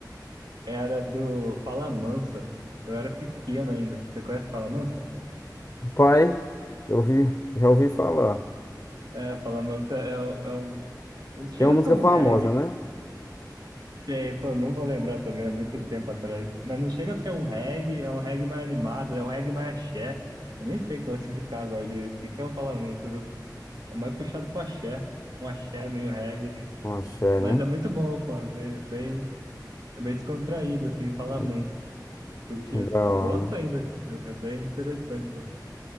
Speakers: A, on the right; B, on the left.
A: era do Fala Mansa. Eu era pequeno ainda. Você conhece Fala Mansa?
B: Pai, eu vi, já ouvi falar.
A: É, Fala Mansa é, um- é um. não Chega
B: Tem uma
A: a
B: música
A: ser um
B: famosa,
A: reggae.
B: né?
A: Tem, pô, não vou lembrar também, é muito tempo atrás. Mas não chega a ser um reggae, é um reggae mais animado, é um reggae mais axé. Eu nem sei classificar agora direito. O que que é o Fala Mansa, viu? É mais puxado pro axé. Um axé meio reggae. <laughs>
B: Um axé,
A: Mas
B: né?
A: é muito bom, pô. é Bem, bem É bem descontraído, assim, fala
B: Hum,
A: mansa. Curtia,
B: Da
A: gosto
B: hora.
A: ainda, é é bem interessante, pô.